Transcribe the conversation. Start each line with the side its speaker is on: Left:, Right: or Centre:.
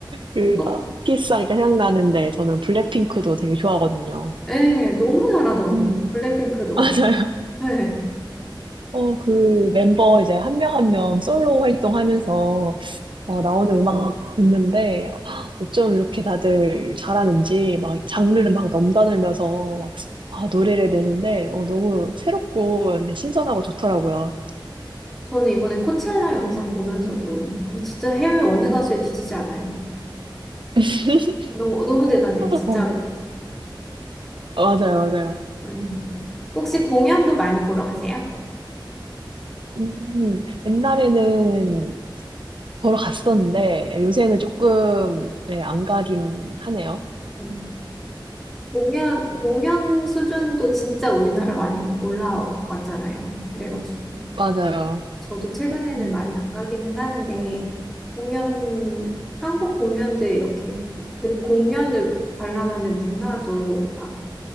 Right: 그,
Centre: 혹,
Right: 어, 키스하니까 생각나는데, 저는 블랙핑크도 되게 좋아하거든요.
Centre: 예, 너무 잘하죠.
Right: 음,
Centre: 블랙핑크도.
Right: <laughs> 맞아요.
Centre: 네.
Right: 어, 그 멤버 이제 한 명 한 명 솔로 활동하면서 어, 나오는 음악 듣는데 어쩜 이렇게 다들 잘하는지 막 장르를 막 넘나들면서 막 아, 노래를 내는데 어, 너무 새롭고 근데 신선하고 좋더라고요.
Centre: 저는 이번에 코첼라 영상 보면서도 어, 진짜 해외 어느 가수에 뒤지지 않아요.
Right: <laughs>
Centre: 너무 너무 대단해요, 진짜로.
Right: 어, 맞아요, 맞아요.
Centre: 네. 혹시 공연도 많이 보러 가세요?
Right: 음, 옛날에는 보러 갔었는데 요새는 조금 네, 안 가긴 하네요.
Centre: 음. 공연 공연 수준도 진짜 우리나라 많이 올라왔잖아요. 그래가지고
Right: 맞아요.
Centre: 저도 최근에는
Right: 음.
Centre: 많이 안 가기는 하는데 공연 한국 공연들 이렇게 그리고 공연을 관람하는 문화도 막